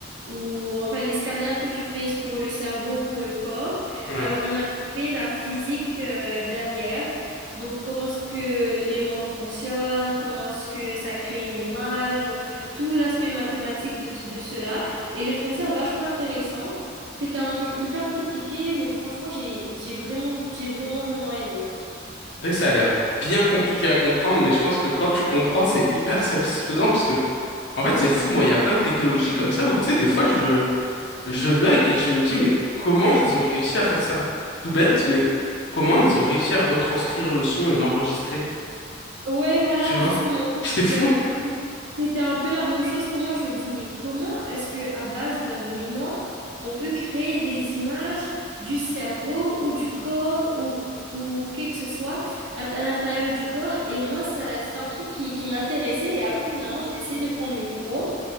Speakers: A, on the right (about 75°); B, on the left (about 65°).
A: ou enfin les scanners que tu fais pour le cerveau, pour le corps,
B: Ouais.
A: euh, on a fait la physique euh, derrière. Donc, comment est-ce que l'aimant fonctionne, comment est-ce que ça crée une image tout l'aspect mathématique de, de cela. Et j'ai trouvé ça vachement intéressant. C'était un truc hyper compliqué, mais franchement, j'ai, j'ai vraiment, j'ai vraiment, vraiment aimé.
B: C'est vrai que ça a l'air bien compliqué à comprendre, mais je pense que quand tu comprends, c'est hyper satisfaisant, parce que, en fait, c'est fou, moi, il y a plein de technologies comme ça où, tu sais, des fois, je, je bug et je me dis, mais comment ils ont réussi à faire ça? Tout bête, mais comment ils ont réussi à retranscrire le son et l'enregistrer?
A: Ouais, voilà,
B: Tu vois?
A: justement.
B: <laughs> C'est
A: Donc,
B: fou.
A: euh, C'était un peu la même chose pour moi. Je me dis, mais comment est-ce que à base d'un aimant, on peut créer des images du cerveau ou du corps ou, ou que que ce soit à, à l'intérieur du corps? Et moi, ça, c'est un truc qui, qui m'intéressait. Et après, finalement, j'ai décidé de prendre le cours